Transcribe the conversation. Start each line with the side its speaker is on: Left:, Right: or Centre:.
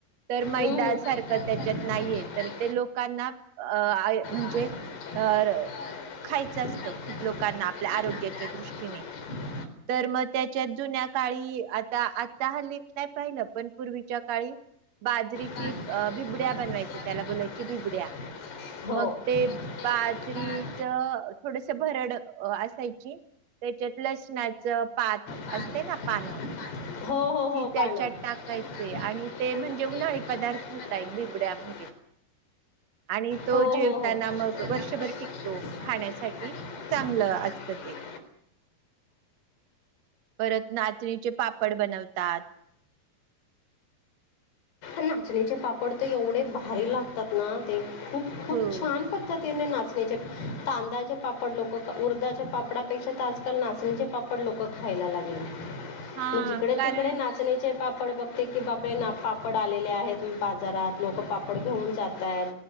Right: तर मैद
Left: हम्म अ, हम्म मैदा
Right: सारखं त्याच्यात
Left: सारखं
Right: नाहीये
Left: वगैरे नाही
Right: तर ते लोकांना अ म्हणजे
Left: आ- अ,
Right: तर खायचं असतं
Left: खायचं
Right: खूप
Left: असतं
Right: लोकांना आपल्या
Left: लोकांना
Right: आरोग्याच्या
Left: आपल्या आरोग्यासाठी
Right: दृष्टीने तर मग त्यांच्यात जुन्या काळी आता आता हल्ली मी नाही पाहिलं पण पूर्वीच्या काळी बाजरीची
Left: बासरी
Right: बिबड्या
Left: अ,
Right: बनवायचे
Left: विद्या आंबेडकरांचं
Right: त्याला बोलायची
Left: नाव
Right: बिबड्या
Left: होतं. मीडिया, हो
Right: मग ते बाजरीच
Left: बासरीचं पान
Right: थोडस भरड असाय ची त्याच्यात लसणाचं पात
Left: पान
Right: असते ना पानं
Left: असते ना पानं, हो हो
Right: ती
Left: हो
Right: त्याच्यात
Left: पानं
Right: टाकायचे
Left: टाकायची
Right: आणि ते म्हणजे उन्हाळी
Left: म्हणजे
Right: पदार्थ
Left: गणपणात
Right: होता
Left: टाकायचं.
Right: ण आणि तो
Left: हो
Right: जेवताना
Left: हो आणि हो चोचला
Right: मग वर्षभर
Left: वगैरे
Right: टिकतो,
Left: अशी मस्त खाण्यासाठी.
Right: खाण्या चांगलं असत
Left: टाकतो.
Right: ते, परत नाचणीचे पापड बनवतात.
Left: नाचणीचे पापड तर एवढे भारी लागतात ना! ते, खूप खूप
Right: हो
Left: छान पद्धतीने ना चणीचे तांदळाचे पापड लोक उर्धच्या पापडापेक्षा आजकाल नाचणीचे पापड लोकं खा
Right: हां,
Left: <unintelligible> जडे
Right: कारण
Left: तिकडे नाचण्याचे पापड बघते की बापरे! पापड आलेले आहेत, बाजारात लोक पापड घेऊन जात आहेत.